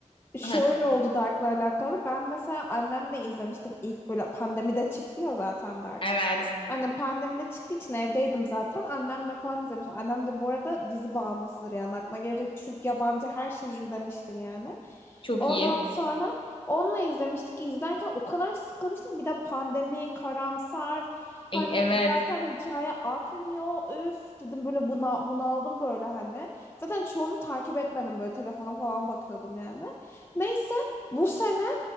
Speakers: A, on the left; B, on the left.
A: Şöyle
B: Heh.
A: oldu Dark'la alakalı. Ben mesela annemle izlemiştim ilk böyle pandemide çıktı ya zaten Dark.
B: Evet.
A: Annem pandemide çıktığı için evdeydim zaten. Annemle falan izlemiştim. Annem de bu arada dizi bağımlısıdır yani. Aklına gelecek Türk, yabancı her şeyi izlemiştir yani.
B: Çok
A: Ondan
B: iyi.
A: sonra onunla izlemiştik. İzlerken o kadar sıkılmıştım. Bir de pandemi, karamsar. Hani
B: E, evet.
A: zaten hikaye akmıyor. Üf dedim böyle buna, bunaldım böyle hani. Zaten çoğunu takip etmedim böyle telefona falan bakıyordum yani. Neyse bu sene